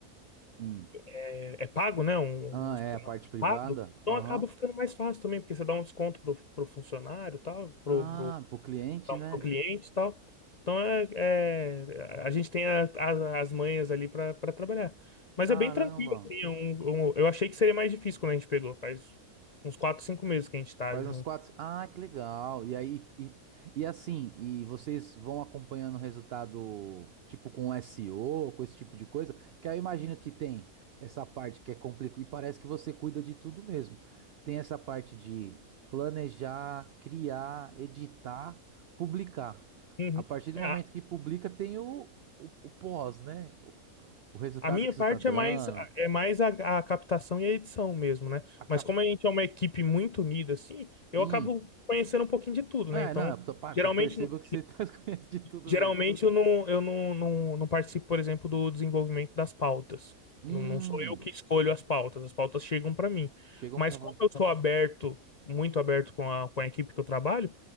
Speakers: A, on the right; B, on the left.
A: hum.
B: é, é pago, né? Um,
A: Ah,
B: um hospital
A: é a parte privada?
B: pago, então
A: Aham.
B: acaba ficando mais fácil também, porque você dá um desconto pro, pro funcionário, e tal, pro,
A: Ah,
B: pro,
A: pro cliente, né?
B: pro cliente, e tal. Então é, é, a gente tem a- a- as manhas ali para trabalhar. Mas
A: Caramba.
B: é bem tranquilo, assim, é um- um- eu achei que seria mais difícil quando a gente pegou, faz uns 4, 5 meses que a gente tá
A: Faz
B: junto.
A: uns quatro. Ah, que legal. E aí, e, e assim, e vocês vão acompanhando o resultado, tipo com SEO, com esse tipo de coisa, que aí eu imagino que tem essa parte que é complicada, e parece que você cuida de tudo mesmo. Tem essa parte de planejar, criar, editar, publicar.
B: Uhum.
A: A partir do
B: É,
A: momento que publica, tem o, o, o pós, né? O, o resultado
B: A minha
A: que isso
B: parte
A: tá dando,
B: é mais, é mais a, a captação e a edição mesmo, né?
A: a
B: Mas
A: capta.
B: como a gente é uma equipe muito unida, assim, eu
A: Hum.
B: acabo conhecendo um pouquinho de tudo,
A: É,
B: né? Então,
A: não, eu, tô- pá,
B: geralmente,
A: eu percebo que você <laughs> tá, conhece de tudo
B: Geralmente
A: mesmo.
B: eu não, eu não, não, não participo, por exemplo, do desenvolvimento das pautas.
A: Hum,
B: Não, não sou eu que escolho as pautas, as pautas chegam para mim.
A: chegam
B: Mas
A: pra você.
B: como eu sou aberto, muito aberto com a, com a equipe que eu trabalho,